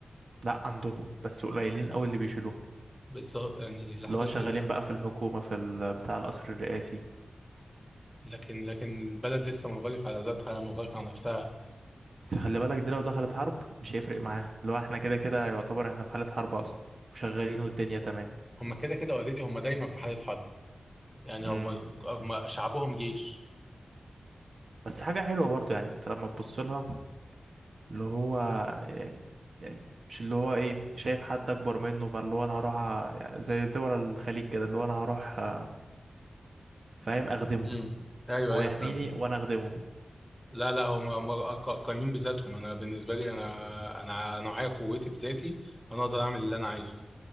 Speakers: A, on the right; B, in the centre.
A: لا عندهم بس قليلين قوي اللي بيشيلوها
B: بس يعني لحد
A: اللي
B: دلوقتي
A: هو شغالين بقى في الحكومة في ال- بتاع القصر الرئاسي
B: لكن لكن البلد لسه منغلقه على ذاتها منغلقه على نفسها
A: بس خلي بالك دي لو دخلت حرب مش هيفرق معاه اللي هو احنا كده كده يعتبر احنا في حالة حرب اصلا وشغالين والدنيا تمام
B: هم كده كده اوريدي هم دايما في حاله حرب يعني
A: امم
B: هم هم شعبهم جيش
A: بس حاجة حلوة برضو يعني انت لما تبص لها اللي هو إيه، يعني مش اللي هو ايه شايف حد اكبر منه فاللي هو انا هروح أ- زي دول الخليج كده اللي هو انا هروح أ- فاهم اخدمه
B: امم ايوه
A: هو
B: ايوه
A: يحميني
B: فاهم
A: وانا اخدمه
B: لا لا هم قايمين بذاتهم انا بالنسبه لي انا انا انا معايا قوتي بذاتي انا اقدر اعمل اللي انا عايزه